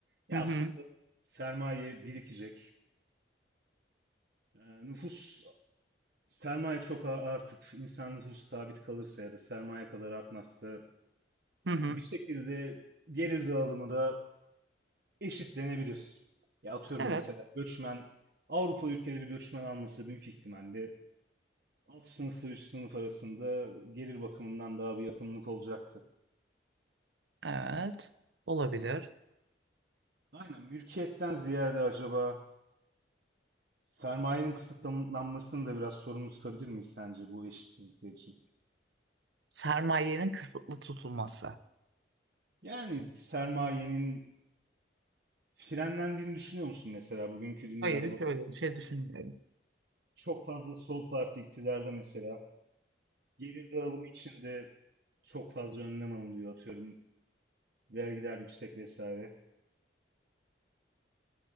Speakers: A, on the right; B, on the right.
A: Ya
B: Hı hı,
A: aslında sermaye birikecek. Ee, nüfus sermaye çok a- artıp insan nüfusu sabit kalırsa ya da sermaye kadar artmazsa
B: hı hı.
A: yani bir şekilde gelir dağılımı da eşitlenebilir. Ya atıyorum
B: Evet,
A: mesela göçmen Avrupa ülkeleri göçmen alması büyük ihtimalle alt sınıfla üst sınıf arasında gelir bakımından daha bir yakınlık olacaktı.
B: evet. Olabilir.
A: Aynen mülkiyetten ziyade acaba sermayenin kısıtlanmasını da biraz sorumlu tutabilir miyiz sence bu eşitsizlikler için?
B: Sermayenin kısıtlı tutulması.
A: Yani sermayenin frenlendiğini düşünüyor musun mesela bugünkü dünyada
B: Hayır,
A: bakıyorum.
B: şöyle bir şey düşünmüyorum.
A: Çok fazla sol parti iktidarda mesela. Gelir dağılımı için de çok fazla önlem alınıyor atıyorum. Vergiler yüksek vesaire.